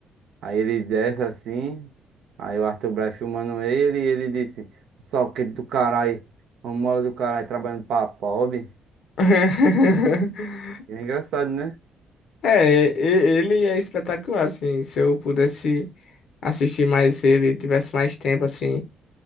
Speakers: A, on the right (about 75°); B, on the left (about 70°).
A: Aí ele desce assim. Aí o Arthur Braz filmando ele e ele disse: Salquete do caralho, uma mola do caralho trabalhando pra pobre.
B: <laughs>
A: E é engraçado, né?
B: É, e- e- ele é espetacular, assim. Se eu pudesse assistir mais ele, tivesse mais tempo, assim,